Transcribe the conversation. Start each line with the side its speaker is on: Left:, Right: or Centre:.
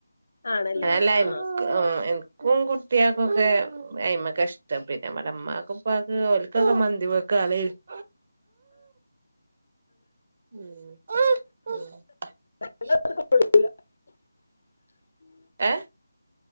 Left: ആണല്ലേ
Right: അല്ല
Left: ആഹ്
Right: എനിക്ക് എനി കുട്ടികൾക്കൊക്കെ അയിമെക്ക ഇഷ്ടം പിന്നെ നമ്മടെ ഉമ്മാക്കും ഉപ്പാക്കും ഓല്ക്ക് ഒക്കെ മന്തി <unintelligible> <unintelligible>
Left: <inaudible>
Right: ഏ